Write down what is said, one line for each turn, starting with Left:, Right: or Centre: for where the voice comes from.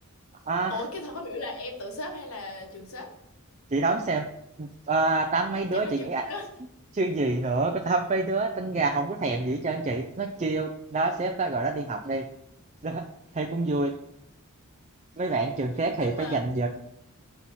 Right: à,
Left: ủa cái thật không hiểu là em tự xếp hay là trường xếp
Right: chị đoán xem à, tám mấy đứa
Left: chắc là
Right: chị
Left: trường
Right: nghĩ
Left: xếp
Right: chứ gì nữa có tao mấy đứa tính gà không có thèm gì hết trơn chị nó kêu đó sếp đó gọi nó đi học đi đó, thấy cũng vui mấy bạn trường khác
Left: nhưng
Right: thì
Left: mà
Right: phải dành giờ